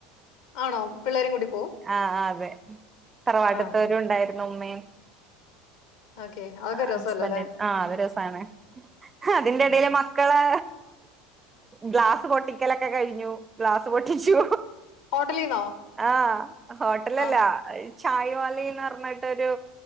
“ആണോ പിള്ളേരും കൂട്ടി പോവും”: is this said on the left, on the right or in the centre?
Left